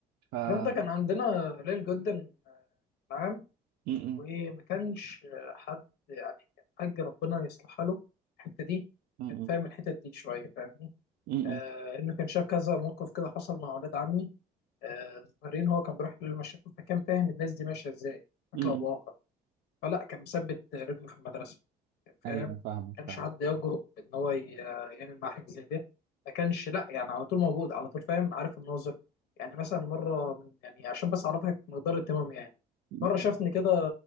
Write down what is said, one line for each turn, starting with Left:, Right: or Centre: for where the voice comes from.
Right: ف م-
Left: الكلام ده كان عندنا قليل جدا معاه
Right: م-
Left: وما كانش حد يعني حاج ربنا يصلحها له الحته دي
Right: م-
Left: كان فاهم الحتت دي شويه فاهمني
Right: م-
Left: آه انه كان شاف كذا موقف كده حصل مع اولاد عمي آه صغيرين هو كان بيروح للمشاكل فكان فاهم الناس دي ماشيه ازاي بشكل
Right: م- م-
Left: او باخر فلا كان مثبت رجله في المدرسه كان
Right: ايوه
Left: فاهم ما
Right: فاهمك
Left: كانش
Right: فاهمك
Left: حد يجرؤ ان هو ي- يعمل مع حاجه زي ده ما كانش لا يعني على طول موجود على طول فاهم عارف الناظر يعني مثلا مره من يعني عشان بس اعرفك مقدار اهتمامي يعني
Right: مم.
Left: مره شافني كده